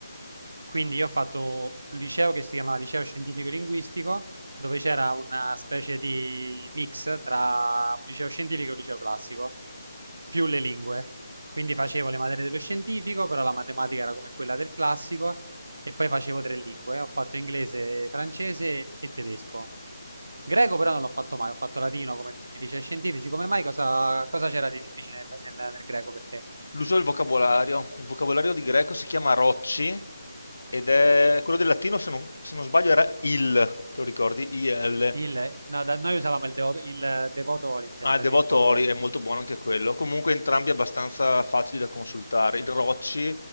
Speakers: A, on the right; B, on the left.
A: quindi io ho fatto un liceo che si chiamava Liceo Scientifico Linguistico, dove c'era una specie di mix tra un liceo scientifico e un liceo classico, più le lingue. Quindi facevo le materie dello scientifico, però la matematica era come quella del classico, e poi facevo tre lingue. Ho fatto inglese, francese e tedesco. Greco però non l'ho fatto mai, ho fatto latino come tutti i licei scientifici. Come mai cosa, cosa c'era di difficile nel, nel- nel greco per te?
B: L'uso del vocabolario. Il vocabolario di greco si chiama rocci ed è quello del latino, se non, se non sbaglio, era il, te lo ricordi? IL.
A: Il, no, da- noi usavamo il, deo- il devotoli, mi sembra,
B: Ah, il Devotori
A: sì, devotoli
B: è molto buono anche quello. Comunque entrambi abbastanza facili da consultare. Il Rocci